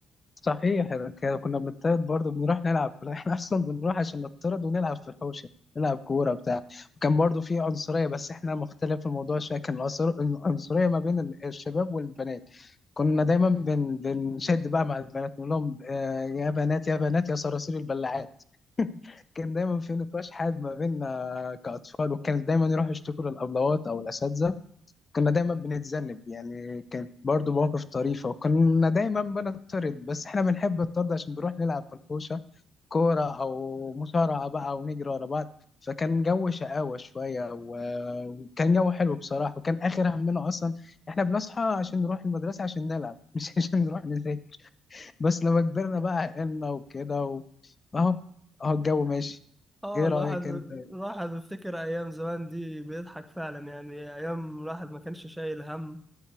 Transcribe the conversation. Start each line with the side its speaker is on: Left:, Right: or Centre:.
Left: صحيح إحنا كا- كنا بنطرد برضه بنروح نلعب <laughs> احنا اصلا بنروح عشان نطرد ونلعب في الحوشه نلعب كوره بتاع وكان برضه في عنصريه بس احنا مختلف الموضوع شويه كان العنصر- العنصريه ما بين ال- الشباب والبنات كنا دايما بن... بنشد بقى مع البنات نقول لهم آه، يا بنات يا بنات يا صراصير البلاعات كان دايما في نقاش حاد ما بيننا كأطفال وكانت دايما يروحوا يشتكوا للأبلوات أو الأساتذة كنا دايما بنتذنب يعني كانت برضو مواقف طريفة وكنا دايما بنطرد بس احنا بنحب الطرد عشان بنروح نلعب في الحوشة كورة أو مصارعة بقى ونجري ورا بعض فكان جو شقاوة شوية و- وكان جو حلو بصراحة وكان آخر همنا أصلا احنا بنصحى عشان نروح المدرسة عشان نلعب <laughs> مش عشان نروح نذاكر بس لما كبرنا بقى عقلنا وكده و- أهو أهو الجو ماشي
Centre: اه
Left: إيه
Centre: الواحد
Left: رأيك أنت؟
Centre: الواحد بيفتكر ايام زمان دي بيضحك فعلا يعني ايام الواحد ما كانش شايل هم